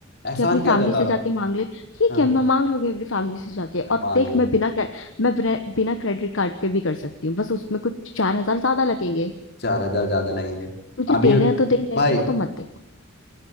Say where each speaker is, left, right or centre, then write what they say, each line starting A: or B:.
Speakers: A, on the left; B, on the left.
A: एहसान
B: कि अपनी फैमिली
A: किया जाता
B: से
A: रहा
B: जाके
A: हूँ
B: मांग ले ठीक
A: हाँ
B: है मैं मांग लूंगी अपनी फैमिली से जाके
A: मैं
B: और
A: मांग
B: देख
A: लूँ
B: मैं बिना cre- मैं बिना बिना क्रेडिट कार्ड के भी कर सकती हूँ बस उसमें कुछ चार हजार ज्यादा लगेंगे
A: चार हजार ज्यादा लगेंगे
B: तुझे
A: अभी
B: देना है तो दे नहीं
A: भाई
B: देना तो मत दे